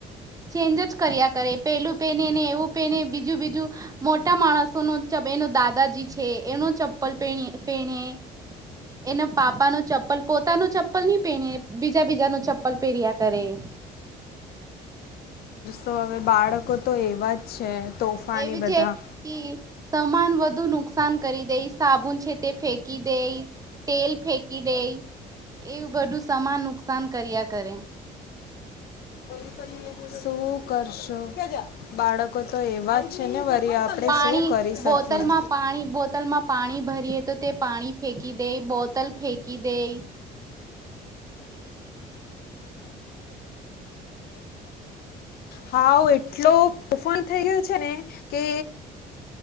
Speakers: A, on the right (about 20°); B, on the left (about 65°).
A: ચેન્જ જ કર્યા કરે પેલું પેને ને એ એને બીજું બીજું મોટા માણસો નો ચ એનો દાદાજી છે એનો ચં પલ પેણી પેણે. એના પાપા નો ચપ્પલ પોતાનું ચપ્પલ ચપ્પલ નહી પહેણી બીજા બીજા ન ચપ્પલ પહેર્યા કરેએ.
B: તો હવે બાળકો તો એવા જ છે. તોફાની
A: એવી
B: બધા
A: છે કે સમાન વધુ નુકસાન કરી દે સાબુન છે તે ફેંકી દઈ તેલ ફેકી દઈ એવું બધું સમાન નુકસાન કર્યા કરે.
B: શું કરશો બાળકો તો એવા જ છે ને વરી આપણે
A: પાણી
B: શું કરી શકીએ
A: બોતલમાં, પાણી બોતલમાં પાણી ભરીએ તો તે પાણી ફેંકી કી દઈ બોતલ ફેંકી દઈ.
B: હાઉ એટલો તોફાની થઈ ગયો છે ને કે